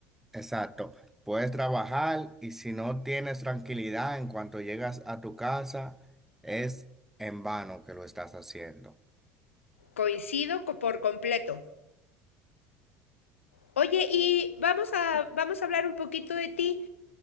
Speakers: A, in the centre; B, on the left.
A: Exacto. Puedes trabajar y si no tienes tranquilidad en cuanto llegas a tu casa, es en vano que lo estás haciendo.
B: Coincido co- por completo. Oye, y vamos a, vamos a hablar un poquito de ti.